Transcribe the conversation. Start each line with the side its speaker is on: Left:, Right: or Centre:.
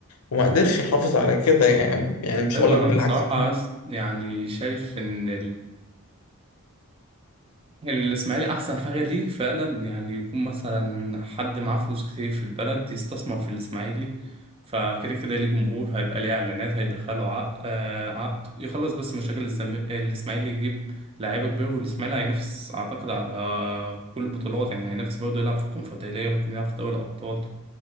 Left: وما قدرش يحافظ على كده يعني يعني مش
Right: أيوة
Left: هقول لك
Right: أنا
Left: بالعكس
Right: بصراحة يعني شايف إن الإسماعيلي أحسن حاجة ليه فعلا يعني يكون مثلا حد معاه فلوس كتير في البلد يستثمر في الإسماعيلي فكده كده ليه جمهور هيبقى ليه إعلانات هيدخله عقد, آه عقد يخلص بس مشاكل الزم... الإسماعيلي يجيب لعيبة كبيرة والإسماعيلي هينافس أعتقد على كل البطولات يعني هينافس برضه يلعب في الكونفدرالية ممكن يلعب في دوري الأبطال